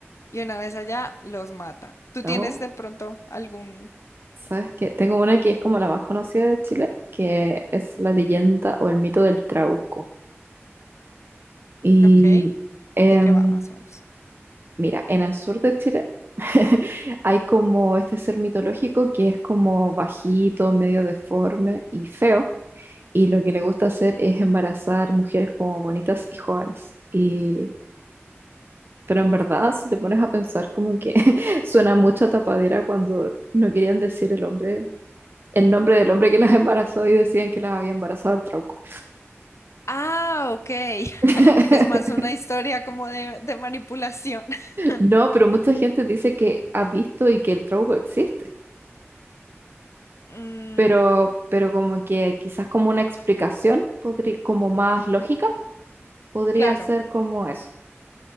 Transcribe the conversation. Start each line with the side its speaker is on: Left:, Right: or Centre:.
Left: Y una vez allá, los mata. ¿Tú
Right: ¿No?
Left: tienes de pronto algún...
Right: ¿Sabes qué? Tengo una que es como la más conocida de Chile, que es la leyenda o el mito del Trauco. Y
Left: Ok.
Right: em,
Left: ¿De qué va más o menos?
Right: mira, en el sur de Chile <laughs> hay como este ser mitológico que es como bajito, medio deforme y feo. Y lo que le gusta hacer es embarazar mujeres como bonitas y jóvenes. Y, pero en verdad, si te pones a pensar, como que <laughs> suena mucho a tapadera cuando no querían decir el hombre el nombre del hombre que las embarazó y decían que las había embarazado el trauco.
Left: Ah, ok. <laughs>
Right: <laughs>
Left: Es más una historia como de, de manipulación. <laughs>
Right: No, pero mucha gente dice que ha visto y que el trauco existe,
Left: Mm,
Right: pero, pero como que quizás como una explicación, podrí- como más lógica, podría
Left: claro.
Right: ser como eso.